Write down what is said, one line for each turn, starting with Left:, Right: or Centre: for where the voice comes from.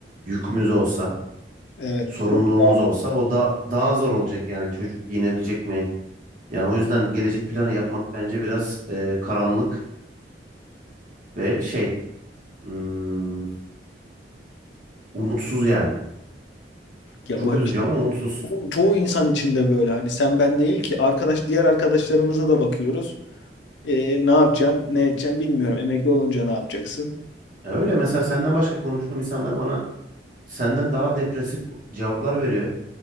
Right: yükümüz olsa,
Left: Evet.
Right: sorumluluğumuz
Left: Çok daha-
Right: olsa o da daha zor olacak yani çocuk giyinebilecek mi? Yani o yüzden gelecek planı yapmak bence biraz e, karanlık ve şey hmm, umutsuz yani.
Left: Ya
Right: Çok
Left: bu
Right: üzücü
Left: işte
Right: ama umutsuz.
Left: ço- çoğu insan içinde böyle. Hani sen ben değil ki arkadaş diğer arkadaşlarımıza da bakıyoruz. Ee, ne yapacağım, ne edeceğim bilmiyorum. Emekli olunca ne yapacaksın?
Right: Ya öyle mesela senden başka konuştuğum insanlar bana senden daha depresif cevaplar veriyor.